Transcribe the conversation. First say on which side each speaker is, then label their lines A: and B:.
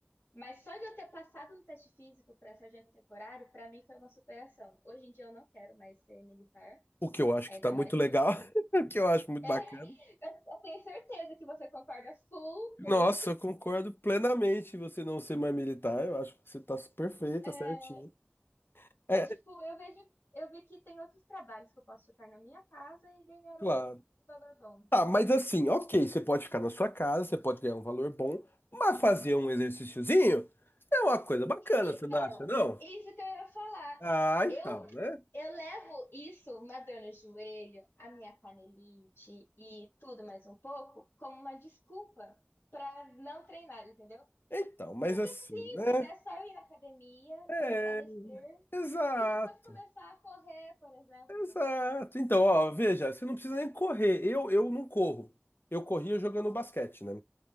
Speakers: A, on the left (about 85°); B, on the left (about 65°).
A: Mas só de eu ter passado no teste físico para sargento temporário, para mim foi uma superação. Hoje em dia eu não quero mais ser militar.
B: O que eu acho
A: Ainda
B: que tá
A: mais
B: muito legal,
A: que.
B: <laughs> o que eu acho muito
A: É,
B: bacana.
A: <laughs> eu, eu tenho certeza que você concorda full
B: Nossa,
A: com isso.
B: eu concordo plenamente em você não ser mais militar. Eu acho que você tá perfeita,
A: É,
B: certinho. É,
A: Mas, tipo, eu vejo, eu vi que tem outros trabalhos que eu posso ficar na minha casa e ganhar
B: claro.
A: um, um valor bom, entendeu?
B: Tá, mas assim, ok, você pode ficar na sua casa, você pode ganhar um valor bom, mas fazer um exercíciozinho é uma coisa bacana,
A: Então,
B: você não acha, não?
A: isso que eu ia falar.
B: Ah, então,
A: Eu,
B: né?
A: eu levo isso, uma dor no joelho, a minha canelite e tudo mais um pouco, como uma desculpa para não treinar, entendeu?
B: Então, mas
A: Só
B: assim,
A: que é simples,
B: né?
A: é só ir na academia,
B: É,
A: fortalecer
B: exato,
A: e depois começar a correr, por exemplo,
B: exato.
A: entendeu?
B: Então, ó, veja, você não precisa nem correr. Eu, eu não corro. Eu corria jogando basquete, né?